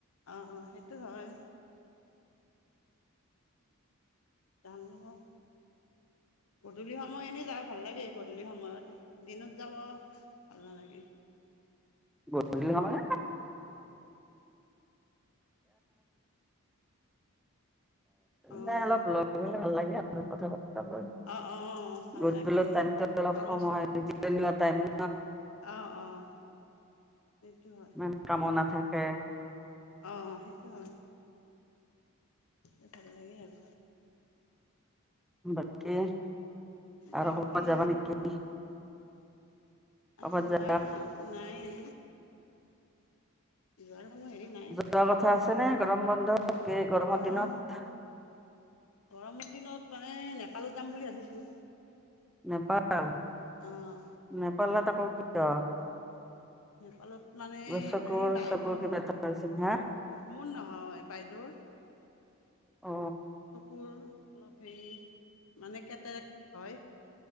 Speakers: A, on the left; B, in the centre.
A: অ', অ', সেইটো হয়। যাম ৰ'ব। গধূলি সময়ত এনে যাওঁ ভাল লাগে, গধূলি সময়ত, দিনত যাব ভাল নালাগে।
B: গধূলি সময়
A: অঁ
B: নাই অলপ ওলাই গ'লে, ভাল লাগে আৰু কথা পাতিবলৈ।
A: অঁ অঁ ভাল
B: গধুল
A: লাগে
B: টাইমটো অলপ
A: আলো
B: সময়, টাইম
A: অ'অ', সেইটো হয়।
B: ইমান কামো নাথাকে।
A: অ', সেইটো হয়। সেই ভাল লাগে আৰু।
B: বাকী
A: বাকী
B: আৰু ক'ৰবাত যাবা নেকি? ক'ৰবাত
A: আজি যোৱাৰ
B: যা
A: হেৰি নাই। যোৱাৰ কোনো হেৰি নাই।
B: যোৱাৰ কথা আছেনে? গৰম বন্ধত, এই গৰমৰ
A: গৰম
B: দিনত।
A: গৰমৰ দিনত মানে নেপালত যাম বুলি ভাবিছো।
B: নেপাল
A: অঁ
B: নেপালত আকৌ কিয়?
A: নেপালত মানে
B: কিবা চকুৰ
A: এই বাইদেউ
B: চকুৰ কিবা এটা হৈছিল হা
A: মোৰ নহয় বাইদেউৰ চকুৰ
B: অ
A: অলপ হেৰি মানে কেটেৰেক্ট হয়।